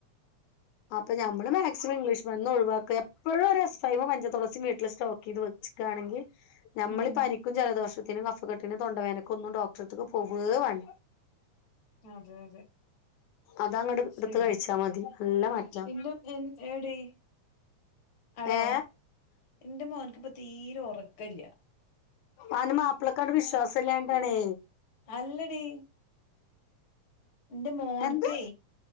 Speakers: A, on the left; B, on the left.
A: <inaudible>
B: അപ്പൊ മ്മള് മാക്സിമം ഇംഗ്ലീഷ് മരുന്ന് ഒഴിവാക്കുക എപ്പോഴും ഒരു എസ്ഫൈവും മഞ്ചതുളസിം വീട്ടിൽ സ്റ്റോക്ക് യ്ത് വെച്ചു ക്കാണെങ്കിൽ നമ്മൾ
A: ഉം
B: പനിക്കും ജലദോഷത്തിനും കഫക്കെട്ടിനും തൊണ്ടവേനക്കൊന്നും ഡോക്ടർത്ക്ക് പോവേ വാണ്ട
A: അതെ അതെ
B: അതങ്ങട്ട് ഇടുത്ത്
A: ശരി
B: കഴിച്ചാ മതി നല്ല മാറ്റാ
A: എന്റെ എടി അലോ
B: ഏ
A: ഇന്റെ മോൻക്കിപ്പോ തീരെ ഉറക്കില്ല
B: ഓന്റെ മപ്പളക്കട്ട് വിശ്വാസല്ലാട്ടാണ്
A: അല്ലടി എന്റെ മോൻക്കേ
B: എന്ത്